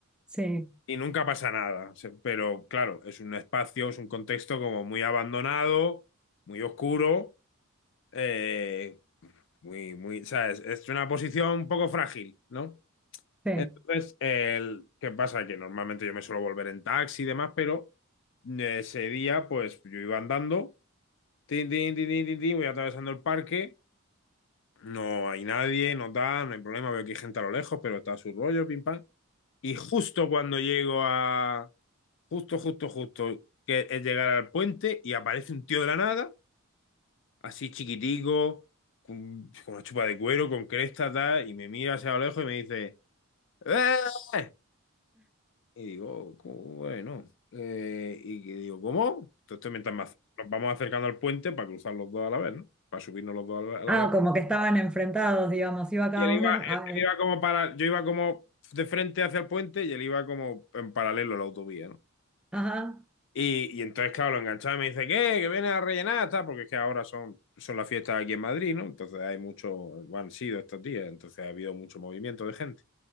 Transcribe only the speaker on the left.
Y nunca pasa nada, se- pero claro, es un espacio, es un contexto como muy abandonado, muy oscuro, eh, muy, muy, ¿sabes? Es una posición un poco frágil, ¿no?
Entonces, el, ¿qué pasa? Que normalmente yo me suelo volver en taxi y demás, pero ese día, pues yo iba andando, tin, tin, tin, tin, tin, tin, voy atravesando el parque. No hay nadie, no tal, no hay problema, veo que hay gente a lo lejos, pero está a su rollo, pim pam. Y justo cuando llego a... Justo, justo, justo, que es llegar al puente y aparece un tío de la nada, así chiquitico, con, con una chupa de cuero, con cresta, tal, y me mira hacia a lo lejos y me dice, ¡Eh! Y digo, "¿Cómo? bueno, eh, y que digo, ¿cómo? Entonces mientras me ac- nos vamos acercando al puente para cruzar los dos a la vez, ¿no? Para subirnos los dos a la a la
vez
Y él
iba,
él
iba como para, yo iba como de frente hacia el puente y él iba como en paralelo a la autovía, ¿no?
Y, y entonces, claro, lo enganchaba y me dice, ¿qué? Que viene a rellenar, tal, porque es que ahora son, son las fiestas aquí en Madrid, ¿no? Entonces hay mucho, bueno, han sido estos días, entonces ha habido mucho movimiento de gente.